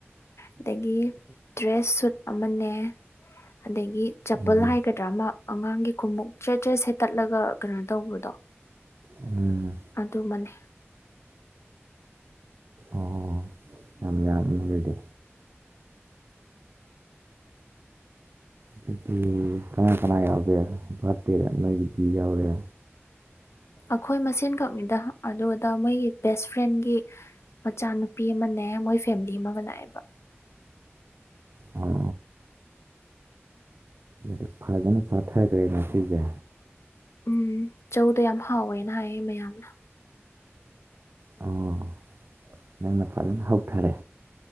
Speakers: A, on the left; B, on the right.
A: ꯑꯗꯒꯤ ꯗ꯭ꯔꯦꯁ ꯁꯨꯠ ꯑꯃꯅꯦ ꯑꯗꯒꯤ ꯆꯄꯜ
B: ꯎꯝ
A: ꯍꯥꯏꯒꯗ꯭ꯔꯥ ꯑꯃ ꯑꯉꯥꯡꯒꯤ ꯈꯣꯡꯎꯞ ꯆ ꯆ ꯁꯦꯠꯇꯠꯂꯒ ꯀꯩꯅꯣ ꯇꯧꯕꯗꯣ
B: ꯎꯝ
A: ꯑꯗꯨꯃꯅꯤ
B: ꯑꯣ ꯌꯥꯝ ꯌꯥꯝꯃꯤ ꯑꯗꯨꯗꯤ ꯄꯤ ꯀꯅꯥ ꯀꯅꯥ ꯌꯥꯎꯗ ꯚꯔꯇꯗ ꯅꯄꯤ ꯌꯥꯎꯗ
A: ꯑꯩꯈꯣꯏ ꯃꯁꯦꯟꯈꯛꯅꯤꯗ ꯑꯗꯨꯗ ꯃꯣꯏꯒꯤ ꯕꯦꯁ ꯐ꯭ꯔꯦꯟꯒꯤ ꯃꯆꯥꯅꯨꯄꯤ ꯑꯃꯅꯦ ꯃꯣꯏ ꯐꯦꯃꯤꯂꯤ ꯑꯃꯒ ꯂꯥꯛꯑꯦꯕ
B: ꯑꯣ ꯗꯤ ꯐꯖꯅ ꯐꯥꯊꯈ꯭ꯔꯦ ꯉ ꯁꯤꯁꯦ
A: ꯎꯝ ꯆꯧꯗ ꯌꯥꯝ ꯍꯥꯎꯋꯦꯅ ꯍꯥꯏꯌꯦ ꯃꯌꯥꯝꯅ
B: ꯑꯣ ꯅꯪꯅ ꯐꯖꯅ ꯍꯧꯊꯔꯦ